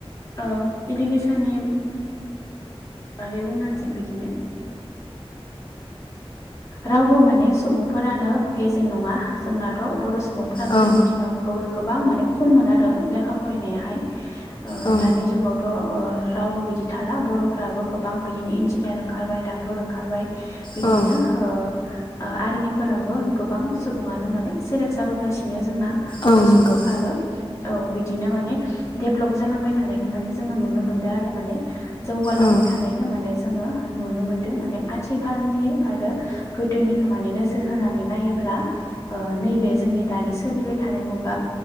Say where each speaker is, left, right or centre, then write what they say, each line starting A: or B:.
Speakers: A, on the left (about 30°); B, on the left (about 45°).
A: औ इडुकेसननि बागै बुंनो थाङ बिदिनो रावबो माने सुबुंफोरानो गेजेन नङा जोंनाथ' बर' सुबुंफ्रा गोदोनि
B: औ
A: दिनाव गोबां माने खममोन आरो लेखा फरायनायाहाय ओ
B: औ
A: दानि जुगावथ' ओ रावबो बिदि थाला बर'- फ्राबो गोबां बिदिनो इन्जिनियार ओंखारबाय डाक्टर ओंखारबाय बिदिनो
B: औ
A: ओ ओ आर्मिफोरावबो गोबां सुबुङानो माने सेलेक्ट जाबोगासिनो जोंना बर'
B: औ
A: सुबुंफ्राबो
B: नंगौ
A: औ बि- दिनो माने देब्भेलप जालांबाय थानायखौ माने जोङो नुनो मोनदों आरो माने जौगालांबाय
B: औ
A: थानायखौ माने जोङो नुनो मोनदों माने आथिखालनि आरो गोदोनिखौ माने नोजोर होनानै नायोब्ल नैबे जोंनि दानि सोलिबाय थानाय मुगा